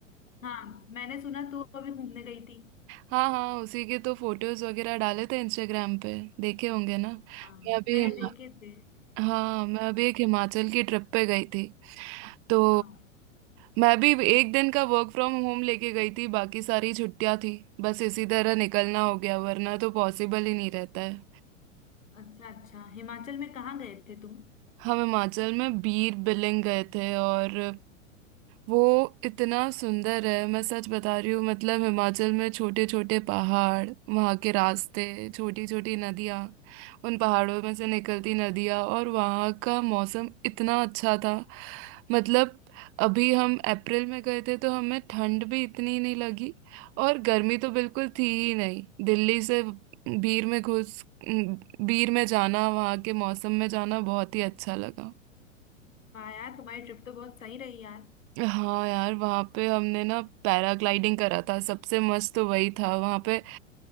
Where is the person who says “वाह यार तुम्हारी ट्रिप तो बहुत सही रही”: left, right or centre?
Left